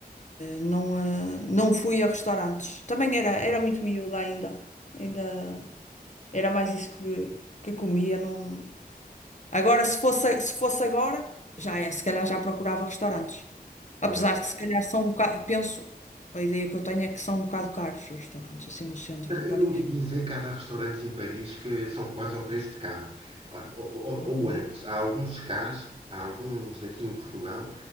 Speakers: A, on the left (about 50°); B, on the right (about 40°).
A: Não, eh, não fui a restaurantes. Também era,
B: Pois,
A: era muito miúda ainda. Ainda era mais isso que, que comia. Não... Agora, se fosse, se fosse agora, já é, se calhar já procurava restaurantes. Apesar
B: pois.
A: de se calhar são um bocado, penso, a ideia que eu tenho é que são um bocado caros os restaurantes, assim no centro
B: Eh,
A: de Paris.
B: Eu ouvi dizer que há lá restaurantes em Paris que são quase ao preço de cá. Olha, Ou, ou-
A: Ah,
B: ou
A: bom.
B: antes, há alguns cás, há alguns aqui em Portugal